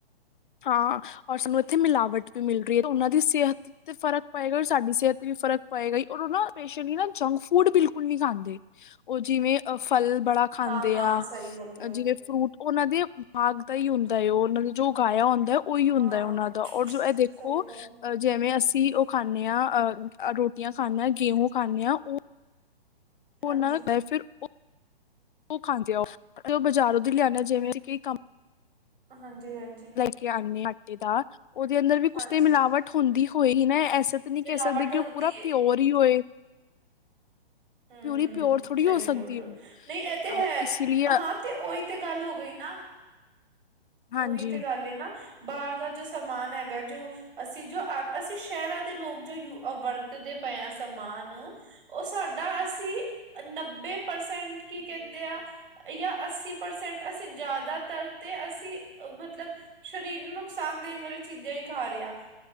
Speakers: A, on the left; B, on the right.
A: ਹਾਂ ਔਰ ਸਾਨੂੰ ਇੱਥੇ ਮਿਲਾਵਟ ਵੀ ਮਿਲ ਰਹੀ ਹੈ ਉਹਨਾਂ ਦੀ ਸਿਹਤ ਤੇ ਫਰਕ ਪਏਗਾ ਹੋਰ ਸਾਡੀ ਸਿਹਤ ਤੇ ਵੀ ਫਰਕ ਪਏਗਾ ਔਰ ਉਹ ਨਾ ਪੇਸ਼ਲੀ ਹੀ ਨਾ ਜੰਕ ਫੂਡ ਬਿਲਕੁਲ ਨਹੀਂ ਖਾਂਦੇ। ਉਹ ਜਿਵੇਂ ਅ ਫਲ ਬੜਾ ਖਾਂਦੇ
B: ਹਾਂ ਹਾਂ
A: ਆ
B: ਸਹੀ ਬੋਲ ਰਹੇ ਹੋ
A: ਜਿਵੇਂ ਫਰੂਟ ਉਹਨਾਂ ਦੇ ਬਾਗ ਦਾ ਹੀ ਹੁੰਦਾ ਹੈ ਉਹ ਉਹ ਦਾ ਜੋ ਉਗਾਇਆ ਹੁੰਦਾ ਉਹੀ ਹੁੰਦਾ
B: ਹਾਂ
A: ਹੈ ਉਹਨਾਂ ਦਾ ਔਰ ਜੋ ਇਹ ਦੇਖੋ
B: ਸਹੀ ਗੱਲ ਹੈ
A: ਅ ਜਿਵੇਂ ਅਸੀਂ ਉਹ ਖਾਂਦੇ ਹਾਂ ਅ ਰੋਟੀਆਂ ਖਾਨੇ ਆਂ, ਗੇਹੂ ਖਾਨੇ ਆ ਉਹ
B: ਹਾਂਜੀ
A: ਉਹਨਾਂ ਦਾ <unintelligible> ਫਿਰ ਉਹ ਉਹ ਖਾਂਦੇ ਆ ਉਹ ਤੇ ਉਹ ਬਾਜ਼ਾਰੋਂ ਲਿਆਦੇ ਆ ਜਿਵੇਂ ਕਿ
B: ਹਾਂਜੀ-ਹਾਂਜੀ
A: ਕੇ <unintelligible> ਆਂਟੀ ਦਾ। ਉਹਦੇ ਅੰਦਰ ਵੀ
B: ਹਾਂਜੀ
A: ਕੁਛ ਤੇ ਮਿਲਾਵਟ ਹੁੰਦੀ ਹੋਏ ਨਾ ਐਸੇ ਤਾਂ ਨਹੀਂ
B: ਮਿਲਾਵਟ
A: ਕਹਿ ਸਕਦੇ
B: ਹੁੰਦੀ
A: ਕਿ ਉਹ ਪੂਰਾ
B: ਹੈ
A: ਪਿਓਰ ਹੀ ਹੋਏ।
B: ਹਮ-ਹਮ
A: ਪਿਓਰੀ ਪਿਓਰ ਥੋੜ੍ਹੀ
B: ਸਹੀ
A: ਹੋ ਸਕਦੀ
B: ਬੋਲ ਰਹੇ
A: ਹੈ
B: ਹੋ ਨਈ ਇਹ ਤੇ
A: ਅ,
B: ਹੈ
A: ਇਸ ਲਈ
B: ਹਾਂ ਤੇ ਉਹੀ ਤੇ ਗੱਲ ਹੋ ਗਈ ਨਾ।
A: ਹਾਂਜੀ
B: ਉਹੀ ਤੇ ਗੱਲ ਐ ਨਾ ਬਾਹਰ ਦਾ ਜੋ ਸਮਾਨ ਹੈਗਾ ਜੋ ਅਸੀਂ ਜੋ ਅ ਅਸੀਂ ਸ਼ਹਿਰਾਂ ਦੇ ਲੋਕ ਜੋ ਯੂ ਵਰਤਦੇ ਪਏ ਹਾਂ ਸਮਾਨ। ਉਹ ਸਾਡਾ ਅਸੀਂ ਨੱਬੇ ਪਰਸੈਂਟ ਕੀ ਕਹਿੰਦੇ ਆ, ਜਾਂ ਅੱਸੀ ਪਰਸੈਂਟ ਅਸੀਂ ਜਿਆਦਾਤਰ ਤੇ ਅਸੀਂ ਮਤਲਬ ਸਰੀਰ ਨੂੰ ਨੁਕਸਾਨ ਦੇਣ ਵਾਲੀ ਚੀਜ਼ਾਂ ਹੀ ਖਾ ਰਿਹੇ ਆ।